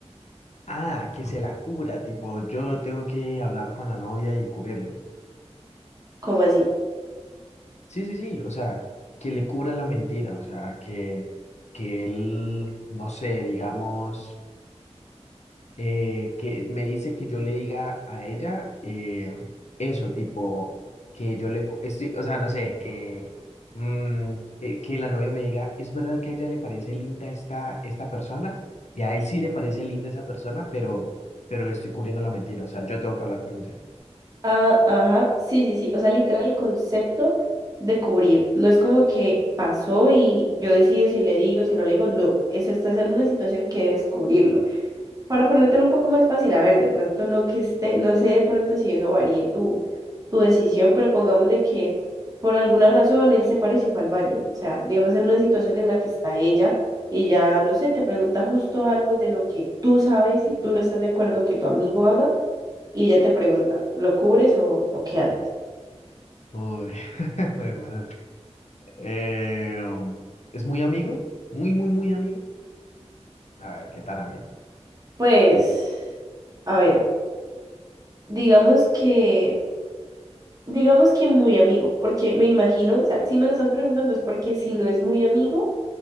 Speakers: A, on the left; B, on the right.
A: Ah, que se la cubra, tipo, yo tengo que hablar con la novia y cubrirlo.
B: ¿Cómo así?
A: Sí, sí, sí, o sea, que le cubra la mentira, o sea, que, que él, no sé, digamos... eh, que me dice que yo le diga a ella eh, eso, tipo, que yo le, cu- estoy, o sea, no sé, que, mm, eh, que la novia me diga, es verdad que a ella le parece linda esta, esta persona, y a él sí le parece linda esa persona, pero, pero le estoy cubriendo la mentira, o sea, yo tengo que hablar con ella.
B: Ah, ajá, sí, sí, sí, o sea, literal el concepto de cubrir, no es como que pasó y yo decido si le digo, si no le digo, no, eso estás en una situación que debes cubrirlo. Para ponértelo un poco más fácil, a ver, de pronto no que esté, no sé de pronto si eso varíe tu, tu decisión, pero pongámosle que por alguna razón él se paró y se fue al baño. O sea, digamos en una situación en la que está ella y ya, no sé, te pregunta justo algo de lo que tú sabes y tú no estás de acuerdo que tu amigo haga y ella te pregunta, ¿lo cubres o, o qué haces?
A: Uy, <laughs> jue madre. Eh, um, es muy amigo, muy, muy, muy amigo. A ver, ¿qué tan amigo?
B: Pues, a ver, digamos que, digamos que muy amigo, porque me imagino, o sea, si me lo estás preguntando es porque si no es muy amigo